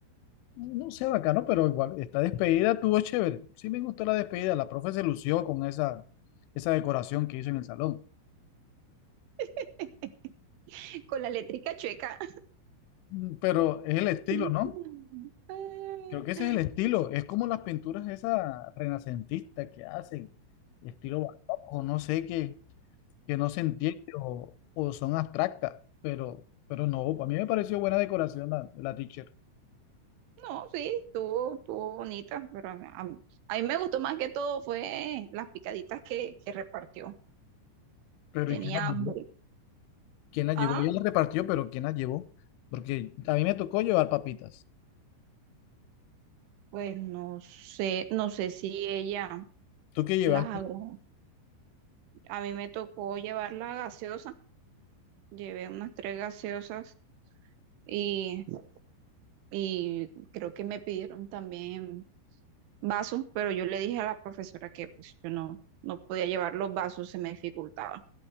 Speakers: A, on the left; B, on the right.
A: No sé, bacano, pero igual, esta despedida tuvo chévere. Sí me gustó la despedida. La profe se lució con esa, esa decoración que hizo en el salón.
B: <laughs> con la eléctrica chueca.
A: Mm, Pero es el estilo,
B: <laughs>
A: ¿no? Creo que ese
B: Ah,
A: es el estilo. Es como las pinturas esas renacentistas que hacen, estilo barroco, no sé qué. que no se entiende o, o son abstractas, pero, pero no, a mí me pareció buena decoración la, la teacher.
B: No, sí, estuvo, estuvo bonita, pero a, a- mí a mí me gustó más que todo fue las picaditas que, que repartió.
A: Pero
B: Tenía
A: ¿y quién la llevó?
B: hambre.
A: ¿Quién la llevó?
B: Ah,
A: Ella la repartió, pero ¿quién la llevó? Porque a mí me tocó llevar papitas.
B: pues no sé, no sé si ella
A: ¿Tú qué llevaste?
B: las habrá. A mí me tocó llevar la gaseosa, llevé unas tres gaseosas y, y creo que me pidieron también vasos, pero yo le dije a la profesora que pues yo no, no podía llevar los vasos, se me dificultaba.